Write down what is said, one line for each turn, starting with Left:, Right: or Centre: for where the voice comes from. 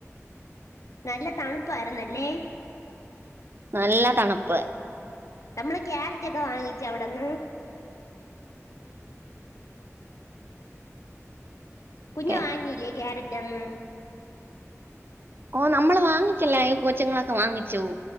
Left: നല്ല തണുപ്പായിര്ന്നല്ലേ?
Right: നല്ല തണുപ്പ്
Left: നമ്മള് ക്യാരറ്റൊക്കെ വാങ്ങിച്ചവ്ടന്ന് കുഞ്ഞ്
Right: ഒക്കെ
Left: വാങ്ങില്ലേ ക്യാരറ്റൊന്നും
Right: ഓ നമ്മള് വാങ്ങിച്ചല്ലേയ് കൊച്ചുങ്ങളൊക്കെ വാങ്ങിച്ചു